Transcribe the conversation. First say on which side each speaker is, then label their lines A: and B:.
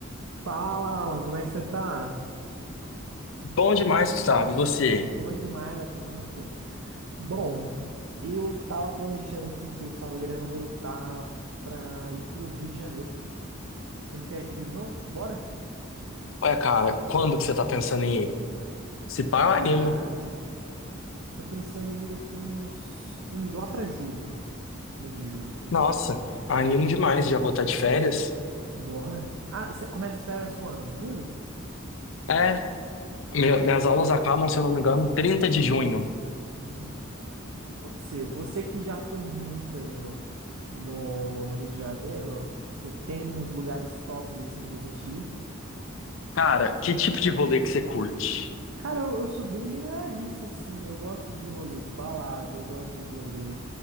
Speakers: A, on the right; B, on the left.
A: Fala, Alan, como é que você tá?
B: Bom demais, Gustavo. E você?
A: Uma demais da conta. Bom, eu tava planejando aqui que eu tava querendo voltar pra ir pro Rio de Janeiro. Você não quer ir comigo, não? Bora?
B: Ué, cara, quando que você tá pensando em ir? Se pá,
A: Cara,
B: eu animo.
A: eu tô pensando em ir daqui uns... em- lá pra julho, meio de julho.
B: Nossa, animo demais. Já vou estar de férias.
A: Bora? Ah, você começa as férias quando? Julho?
B: É, me- minhas aulas acabam, se eu não me engano, 30 de junho.
A: Hum, pode ser. Você que já foi muito aí no, no, no Rio de Janeiro, você tem uns lugares tops assim da gente ir?
B: Cara, que tipo de rolê que você curte?
A: Cara, eu, eu sou bem generalista, assim. Eu gosto de rolê de balada, eu gosto de rolê